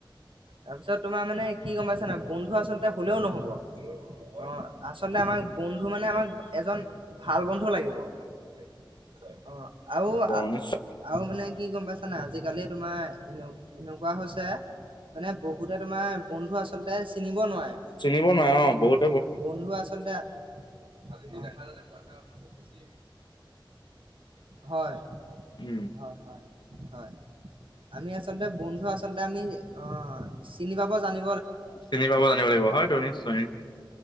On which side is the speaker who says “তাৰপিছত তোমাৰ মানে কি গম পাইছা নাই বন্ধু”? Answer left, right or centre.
Right